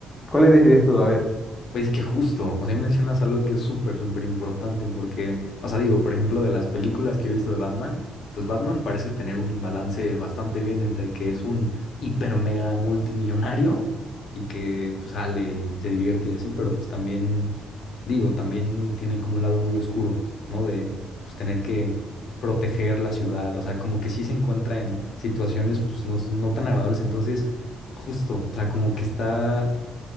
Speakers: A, on the left (about 20°); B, on the left (about 60°).
A: ¿Cuál elegirías tú? A ver.
B: Pues que justo, o sea, mencionas algo que es súper, súper importante porque, o sea, digo, por ejemplo, de las películas que he visto de Batman, pues Batman parece tener un balance bastante bien entre que es un hiper mega multimillonario y que pues sale y se divierte y así, pero pues también, digo, también tiene como un lado muy oscuro, ¿no? De pues tener que proteger la ciudad, o sea, como que sí se encuentra en situaciones pues no, no tan agradables, entonces, justo, o sea, como que está...